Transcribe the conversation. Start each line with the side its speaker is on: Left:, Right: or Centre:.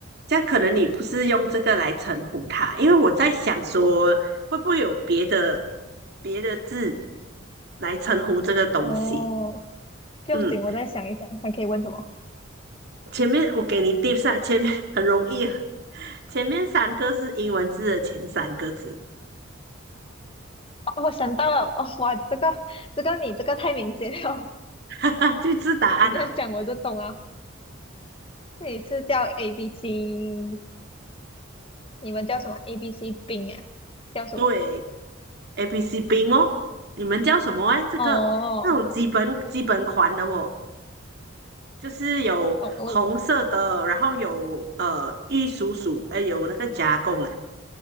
Right: 这样可能你不是用这个来称呼它，因为我在想说会不会有别的别的字来称呼这个东西。
Left: 哦，不用紧，
Right: 嗯，
Left: 我再想一想，还可以问什么？
Right: 前面我给你 d i 前面很容易啊 <laughs> 前面三个是英文字的前三个字，
Left: 哦，我想到了，哦，哇，这个这个你这个太明显了，
Right: <laughs> 哈哈，就知答案了。
Left: <laughs> 你这样讲我就懂了。这里是叫 A B C，你们叫什么？A B C 冰啊？叫什么？
Right: 对，A B C B 哦，你们叫什么哎？这个那种基本基本款的哦，
Left: 哦，
Right: 就是有红色的，
Left: 懂了，我懂了。
Right: 然后有呃玉蜀黍，呃有那个加工啊，